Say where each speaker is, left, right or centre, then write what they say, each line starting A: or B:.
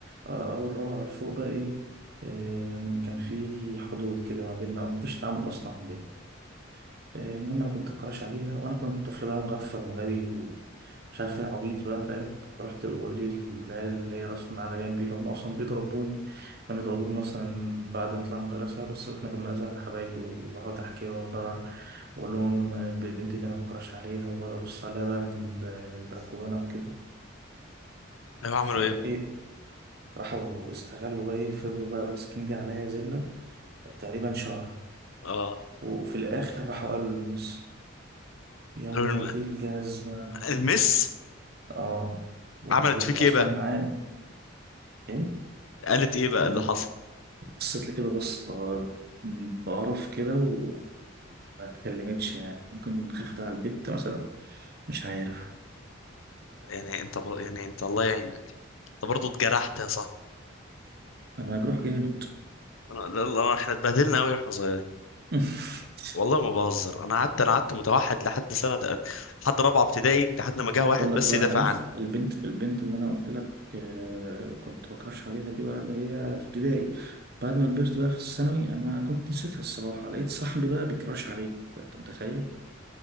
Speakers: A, on the right; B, on the left.
A: آه، اول رابعه لفوق بقى ايه آه، يعني كان في حدود كده ما بيننا مفيش تعامل اصلا ما بيننا المهم انا كنت مكراش عليها وانا كنت طفل بقى مغفل وغبي ومش عارف ايه عبيط بقى فاهم فرحت بقول لي العيال اللي هي اصلا على جنبي اللي هم اصلا بيضربوني كانوا يضربوني مثلا بعد ما اطلع من المدرسه بس واحنا كنا مدرسه حبايبي وبقعد احكي لهم بقى واقول لهم البنت دي انا بكراش عليها وبقعد ابص عليها بقى من البلكونه وكده
B: ايوه عملوا
A: فايه
B: ايه
A: راحوا استغلوا بقى ايه فضلوا بقى ماسكين دي عليا زله تقريبا شهر
B: اه
A: وفي الاخر راحوا قالوا للمس يا
B: قالوا
A: ولاد إيه الجزمة
B: المس
A: اه والبنت
B: عملت فيك
A: اصلا
B: ايه بقى
A: معانا ايه
B: قالت ايه بقى
A: إيه،
B: اللي حصل
A: بصيت لي كده بص آه، بقرف كده وما اتكلمتش يعني ممكن خفت على البنت مثلا مش عارف
B: يعني انت ب... يعني انت الله يعينك انت برضه اتجرحت يا صاحبي
A: انا مجروح جامد
B: انا لا- لا، احنا اتبهدلنا قوي واحنا صغيرين
A: <laughs>
B: والله ما بهزر انا قعدت انا قعدت متوحد لحد سنه لحد رابعه ابتدائي لحد ما جه واحد
A: اقول لك
B: بس
A: بقى
B: يدافع
A: على
B: عني
A: البنت البنت اللي انا قلت لك آه، كنت بكرش عليها دي بقى اللي هي في ابتدائي بعد ما كبرت بقى في الثانوي انا كنت نسيتها الصراحه لقيت صاحبي بقى بيكرش عليه انت متخيل